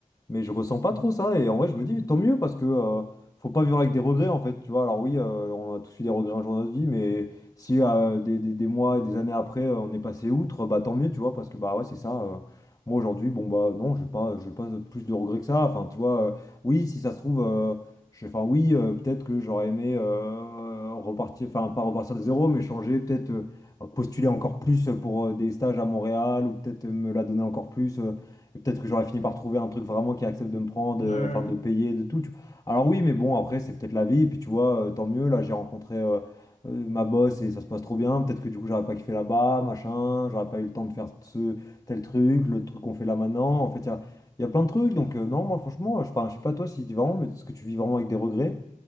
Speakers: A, on the left; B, on the left.
A: mais je ressens pas trop ça. Et en vrai, je me dis, tant mieux, parce que euh, faut pas vivre avec des regrets, en fait. Tu vois, alors oui, euh, on a tous eu des regrets un jour de notre vie, mais si euh, des, des- des mois et des années après, euh, on est passé outre, bah tant mieux, tu vois, parce que bah ouais, c'est ça. euh, moi, aujourd'hui, bon, bah non, je pas, je pas plus de regrets que ça. Enfin, tu vois, euh, oui, si ça se trouve, euh, je, enfin, oui, euh, peut-être que j'aurais aimé euh, repartir, enfin, pas repartir de zéro, mais changer, peut-être euh, postuler encore plus pour euh, des stages à Montréal, ou peut-être me la donner encore plus. euh, et Peut-être que j'aurais fini par trouver un truc vraiment qui accepte de me prendre,
B: Ouais,
A: euh,
B: ouais, ouais.
A: enfin de payer, de tout. tu- Alors oui, mais bon, après, c'est peut-être la vie. Et puis tu vois, euh, tant mieux. Là, j'ai rencontré euh, euh, ma boss et ça se passe trop bien. Peut-être que du coup, j'aurais pas kiffé là-bas, machin. J'aurais pas eu le temps de faire ce tel truc, le truc qu'on fait là maintenant. En fait, il y a, il y a plein de trucs. Donc euh, non, moi, franchement, euh, je, enfin, je sais pas toi si tu vraiment, mais est-ce que tu vis vraiment avec des regrets?